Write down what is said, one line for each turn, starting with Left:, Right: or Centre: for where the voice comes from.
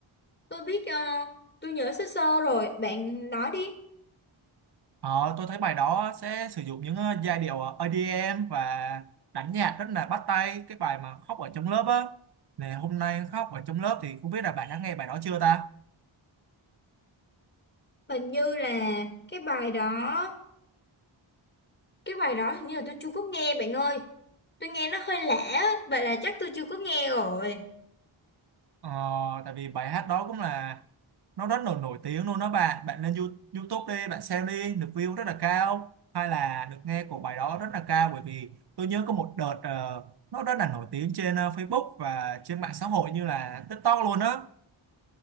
Left: Tôi biết, ờ, tôi nhớ sơ sơ rồi, bạn nói đi.
Right: Ờ, tôi thấy bài đó sẽ sử dụng những ờ, giai điệu ờ, EDM và đánh nhạc rất là bắt tay cái bài mà khóc ở trong lớp á này hôm nay khóc ở trong lớp thì không biết là bạn đã nghe bài đó chưa ta
Left: Hình như là cái bài đó, cái bài đó hình như là tôi chưa có nghe bạn ơi, tôi nghe nó hơi lạ á, vậy là chắc tôi chưa có nghe rồi.
Right: ờ, tại vì bài hát đó cũng là nó rất là nổi tiếng luôn đó bạn bạn lên You- YouTube đi bạn xem đi được view rất là cao hay là được nghe của bài đó rất là cao bởi vì tôi nhớ có một đợt ờ, nó rất là nổi tiếng trên ờ, Facebook và trên mạng xã hội như là TikTok luôn á